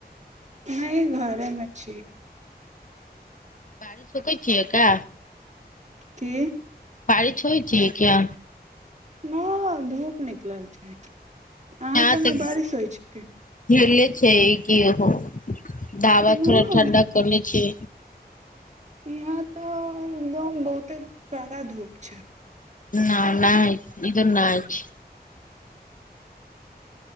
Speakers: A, on the right; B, on the left.
A: नहि घरमे छै
B: बड़ी सुकै छियै का
A: की
B: बारि छ होइ छियै क्या
A: न धूप निकलल छै अहाँ
B: यहाँ
A: क
B: तऽ
A: नहि बारिश होइ छिकै
B: घेरले छै कि हो ढाबा
A: न
B: थोड़ा ठण्डा कने छै
A: यहाँ तो एकदम बहुते कड़ा धूप छै
B: न नहिा इ न आयछ